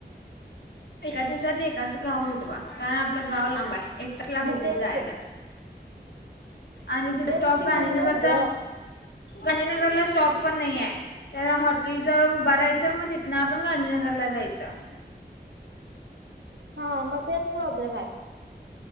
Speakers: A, on the left; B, on the right.
A: एका दिवसात एकाच गाव होत बा कारण आपलं गाव लांब आहे. एक तास लागते
B: मग
A: तिथे
B: तेच
A: जायला
B: की
A: आणि तिथ
B: तेच
A: स्टॉप
B: की म्हणूनच
A: गांधी नगरचा.
B: ग
A: गांधी नगरला स्टॉप पण नाही आहे. त्याला हॉटेल जवळ उभं राहायचं मग तिथनं आपण गांधी नगरला जायचं.
B: हा म ते प्रॉब्लेम आहे.